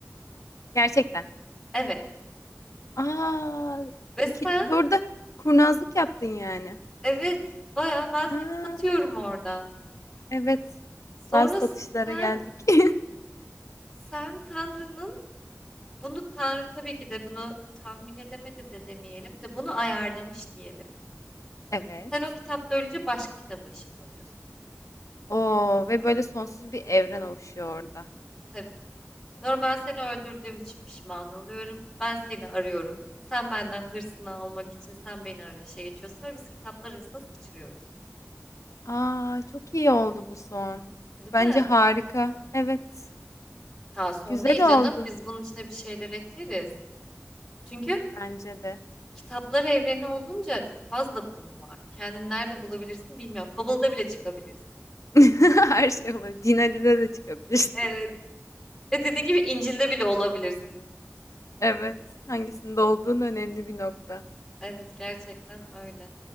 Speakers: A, on the left (about 85°); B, in the centre.
A: Gerçekten.
B: Evet.
A: Aa,
B: Ve
A: iki,
B: sen
A: burada kurnazlık yaptın yani.
B: evet baya ben seni
A: Aa.
B: satıyorum orada.
A: evet.
B: Sonra
A: Bazı satışlara
B: sen
A: geldik. <laughs>
B: sen Tanrı'nın bunu Tanrı tabii ki de bunu tahmin edemedi de demeyelim de bunu ayarlamış diyelim.
A: Evet.
B: Sen o kitapta ölünce başka kitaba ışınlanıyorsun.
A: Oo ve böyle sonsuz bir evren oluşuyor orada.
B: Tabii. Sonra ben seni öldürdüğüm için pişman oluyorum. Ben seni arıyorum. Sen benden hırsını almak için sen beni arayışa geçiyorsun ve biz kitaplar arasında sıçrıyoruz.
A: Aa çok iyi oldu bu son.
B: Değil
A: Bence
B: mi?
A: harika. Evet.
B: Ta son
A: Güzel
B: değil canım.
A: oldu.
B: Biz bunun içine bir şeyler ekleriz. Çünkü
A: Bence de.
B: kitaplar evreni olunca çok fazla konu var. Kendini nerede bulabilirsin bilmiyorum. Fable'da bile çıkabilirsin.
A: <laughs> Her şey olur. Din Ali'de de çıkabilirsin.
B: Evet. Ve dediğin gibi İncil'de bile olabilirsin.
A: Evet, hangisinde olduğun önemli bir nokta.
B: Evet gerçekten öyle.